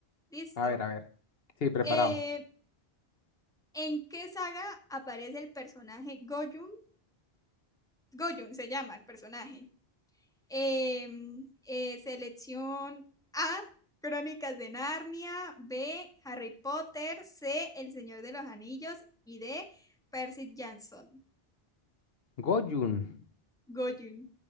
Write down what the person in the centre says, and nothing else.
Listo.
Eh, ¿en qué saga aparece el personaje Goyun? Goyun se llama el personaje. Em, eh, selección A, Crónicas de Narnia, B, Harry Potter, C, El Señor de los Anillos y D, Percy Jackson.
Goyun.